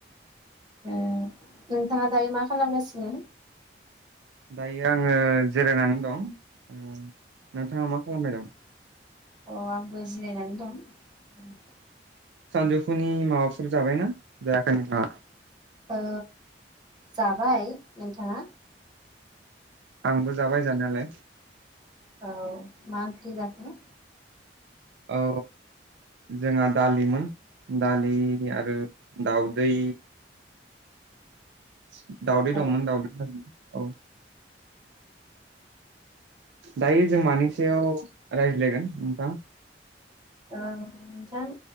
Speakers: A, on the right; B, on the right.
A: ओ नोंथाङा दायो मा खालामगासिनो?
B: दायो आङो जिरायनानै दं ओ नोंथाङा मा खालामबाय दं?
A: अ आंबो जिरायनानै दं <inaudible>
B: सानजौफुनि माबाफोर जाबायना जायाखै नोंथांआ?
A: ओ जाबाय। नोंथाङा?
B: आंबो जाबाय जानायालाय
A: औ मा ओंख्रि जाखो?
B: औ जोंहा दालिमोन दालि आरो दाउदै <inaudible> दाउदै
A: औ
B: दंमोन दाउदै <unintelligible> औ दायो जों मानि सायाव रायज्लायगोन नोंथां?
A: औ नोंथां